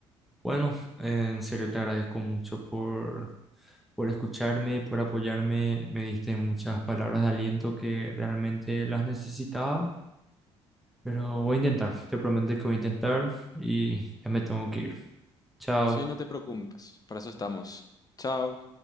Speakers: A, in the centre; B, on the left.
A: bueno, en serio te agradezco mucho por, por escucharme, por apoyarme, me diste muchas palabras de aliento que realmente las necesitaba Pero voy a intentar, te prometo que voy a intentar y ya me tengo que ir. Chao.
B: Sí, no te preocupes, para eso estamos. Chao.